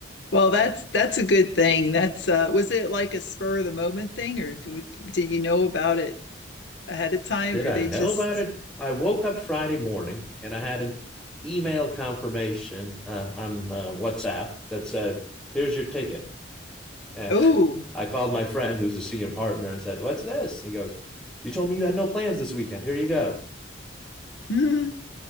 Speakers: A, on the left; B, in the centre.
A: Well, that's that's a good thing. That's uh, was it like a spur of the moment thing, or do, did you know about it ahead of time,
B: Did
A: or
B: I
A: they
B: know
A: just
B: about it? I woke up Friday morning and I had an email confirmation uh, on uh, WhatsApp that said, "Here's your ticket." And
A: oh,
B: <laughs> I called my friend who's a senior partner. I said, "What's this?" He goes, "You told me you had no plans this weekend. Here you go."
A: hmm